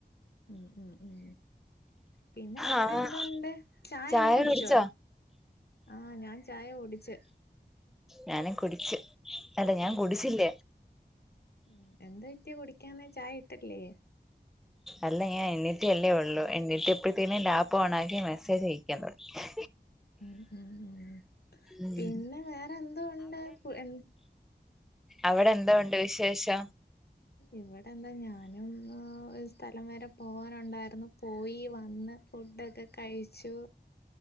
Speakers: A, on the left; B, in the centre.
A: ഉം ഉം ഉം പിന്നെ വേറെ
B: ആഹ്
A: എന്തുണ്ട്ചായക്കെകുടിച്ചോ
B: ചായ കുടിച്ചോ
A: ആഹ് ഞാൻ ചായ കുടിച്ച്
B: ഞാനും കുടിച്ച്. അല്ല ഞാൻ
A: ഉം
B: കുടിച്ചില്ല.
A: ഉം ഉം എന്ത് പറ്റി കുടിക്കാനായ് ചായ ഇട്ട്ലേ
B: അല്ല ഞാൻ എണീറ്റ്ല്ലേ ഉള്ളൂ. എണീറ്റപ്പഴ്ത്തേന് ലാപ്പ് ഓൺ ആക്കി മെസ്സേജ് അയക്കാൻ തുടങ്ങി <unintelligible>
A: ഉം ഉം ഉം.
B: ഉം
A: പിന്നെ വേറെ എന്തോണ്ട്. പു എന്
B: അവടെ എന്തോ ഉണ്ട് വിശേഷം?
A: ഇവടെന്താ ഞാനും ഓര് സ്ഥലം വരെ പോകാനുണ്ടായിര്ന്നു പോയി വന്ന്. ഫുഡൊക്കെ കഴിച്ചു.